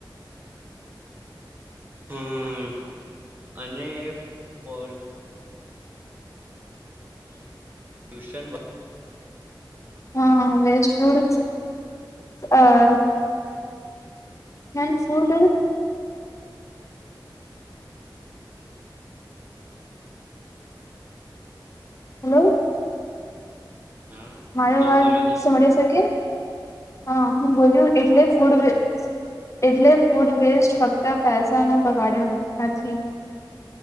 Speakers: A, on the right; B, on the left.
A: હમ અને પો ટ્યુશન વ
B: હા વેસ્ટ ફૂડ અહ <unintelligible> ફૂડ હલો.
A: હા
B: મારી
A: શું
B: વાત
A: બોલ્યું તમે
B: સોળી શકે? હા હું બોલ્યું એટલે ફૂડવ એટલે ફૂડવેસ્ટ ફક્ત પૈસાનો બગાડ્યો નથી.